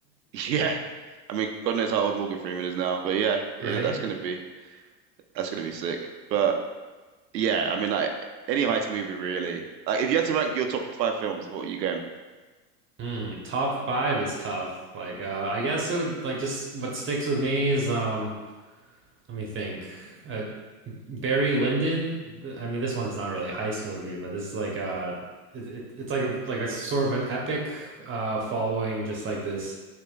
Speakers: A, on the right; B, on the right.
A: Yeah, I mean God knows how old Morgan Freeman is now, but yeah,
B: <laughs> right.
A: yeah, that's gonna be that's gonna be sick. But yeah, I mean like any heist movie really. Like if you had to rank your top five films, what are you going?
B: Mm, top five is tough. Like, uh, I guess it would like just what sticks with me is um, let me think. Uh, Barry Lyndon. Th- I mean, this one's not really a heist movie, but this is like uh, it, it, it's like a like a sort of an epic uh following just like this